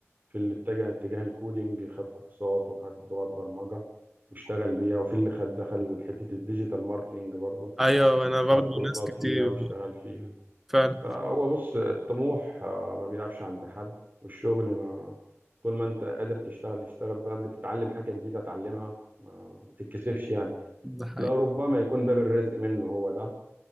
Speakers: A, on the right (about 40°); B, in the centre.
A: في اللي اتجه اتجاه الكودينج خد كورسات وخد لغات برمجة واشتغل بيها وفي اللي خد دخل حتة الديجيتال ماركتينج برضو
B: أيوة أنا برضه
A: خد كورسات
B: ناس كتير
A: فيها واشتغل فيها
B: فعلا
A: فهو بص الطموح آه، ما بيقفش عند حد والشغل ما طول ما انت قادر تشتغل اشتغل طول ما انت تتعلم حاجة جديدة اتعلمها ما ما تتكسفش يعني
B: ده حقيقي
A: لا ربما يكون باب الرزق منه هو ده